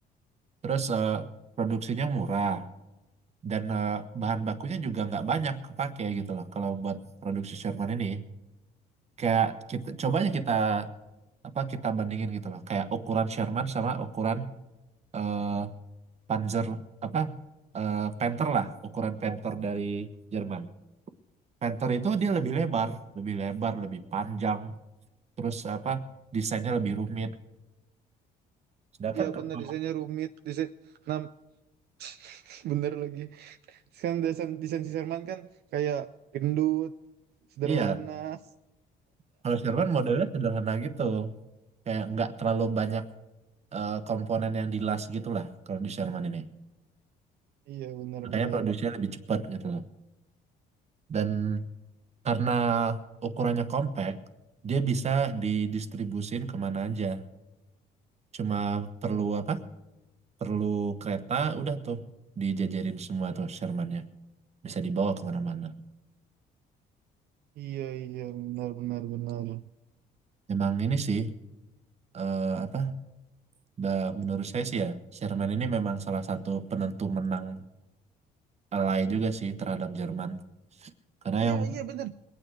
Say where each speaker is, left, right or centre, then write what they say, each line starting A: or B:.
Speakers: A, on the right; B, on the right.
A: Terus eh, produksinya murah dan eh, bahan bakunya juga nggak banyak kepake gitu loh kalau buat produksi Sherman ini. Kayak kita cobanya kita apa kita bandingin gitu loh. Kayak ukuran Sherman sama ukuran eh, Panzer apa eh, Panther lah ukuran Panther dari Jerman. Panther itu dia lebih lebar, lebih lebar, lebih panjang, terus apa desainnya lebih rumit. Sedangkan
B: Iya
A: kalau
B: bener desainnya rumit desain nah <laughs> bener lagi kan desain desain si Sherman kan kayak gendut sederhana
A: iya kalau Jerman modelnya sederhana gitu, kayak nggak terlalu banyak eh, komponen yang dilas gitu lah kalau di Jerman ini.
B: iya bener
A: Makanya
B: bener
A: produksinya lebih cepat gitu loh. Dan karena ukurannya compact, dia bisa didistribusin kemana aja. Cuma perlu apa? perlu kereta udah tuh dijajarin semua tuh Sherman-nya bisa dibawa kemana-mana
B: iya iya benar-benar benar benar.
A: memang ini sih eh, apa ba- menurut saya sih ya Sherman ini memang salah satu penentu menang Alai juga sih terhadap Jerman karena
B: iya
A: yang
B: iya benar